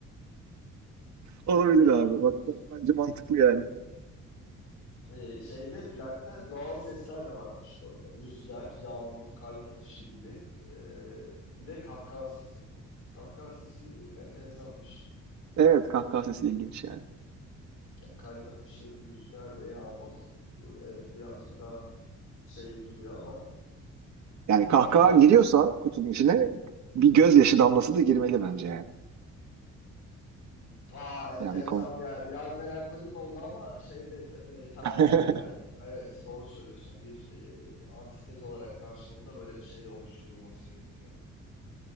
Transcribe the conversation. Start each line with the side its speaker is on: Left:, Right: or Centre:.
Right: Olabilir
Left: Ya
Right: abi.
Left: bunu
Right: Bak, bak, bence mantıklı yani.
Left: Ee, şeyde plakta doğal sesler de varmış bu arada. Rüzgar, yağmur, kalp atışı gibi. Ee, bir de kahkaha sesi. Kahkaha sesi enteresanmış.
Right: Evet kahkaha sesi ilginç yani.
Left: Yani kalp atışı, rüzgar ve yağmur e, evet birazcık daha şeyli duruyor ama.
Right: Yani
Left: Bir
Right: kahkaha
Left: de kar
Right: giriyorsa kutunun içine bir gözyaşı damlası da girmeli bence yani.
Left: Aa, enteresan
Right: Ya bir konu.
Left: bir yer. Biraz melankolik oldu ama şeyde te- e, temelli
Right: <laughs>
Left: de geldi. Evet, doğru söylüyorsun. Bir e, antitez olarak karşılığında böyle bir şey de oluşturulması gerekiyor.